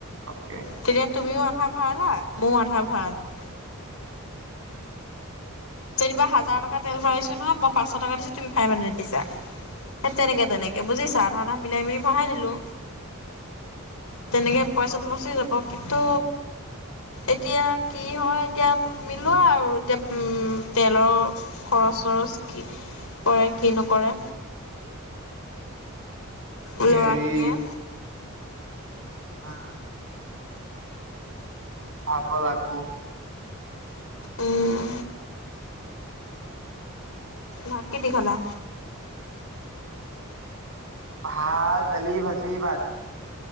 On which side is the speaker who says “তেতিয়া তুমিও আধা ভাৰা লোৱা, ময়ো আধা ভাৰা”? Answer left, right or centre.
Left